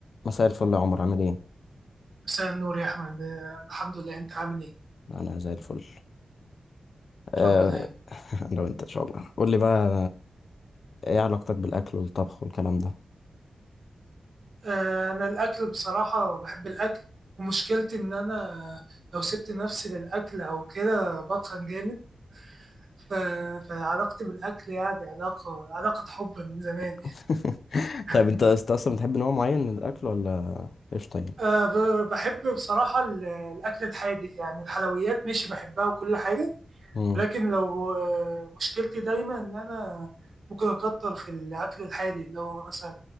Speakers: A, on the left; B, on the right.
A: مساء الفل يا عمر عامل ايه؟
B: مساء النور يا أحمد آه، الحمد لله أنت عامل إيه؟
A: انا زي الفل أه...
B: ربنا يعين
A: <laughs> انا وانت ان شاء الله قول لي بقى ايه علاقتك بالاكل والطبخ والكلام ده
B: آه، أنا الأكل بصراحة بحب الأكل ومشكلتي إن أنا لو سبت نفسي للأكل أو كده بتخن جامد ف... فعلاقتي بالأكل يعني علاقة علاقة حب من زمان
A: <laughs> طيب
B: يعني.
A: انت انت اصلا بتحب نوع معين من الاكل ولا ايش طيب؟
B: آه، ب- بحب بصراحة ال- الأكل الحادق يعني الحلويات ماشي بحبها وكل حاجة
A: مم.
B: ولكن لو آه، مشكلتي دايما ان انا ممكن اكتر في الاكل الحادق اللي هو مثلا